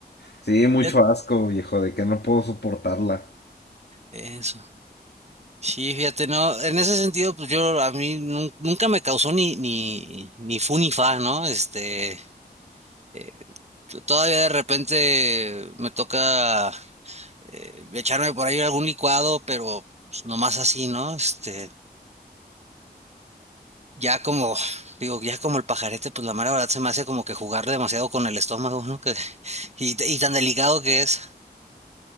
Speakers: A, on the left (about 80°); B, on the right (about 40°).
A: Sí, mucho
B: fíjate,
A: asco, viejo, de que no puedo soportarla.
B: eso. Sí, fíjate, no, en ese sentido, pues yo, a mí nun- nunca me causó ni, ni, ni fu ni fa, ¿no? Este, Eh, t- todavía de repente me toca eh, echarme por ahí algún licuado, pero pues, nomás así, ¿no? Este, ya como, digo, ya como el pajarete, pues la mera verdad se me hace como que jugar demasiado con el estómago, ¿no? Que, <laughs> y, t- y tan delicado que es.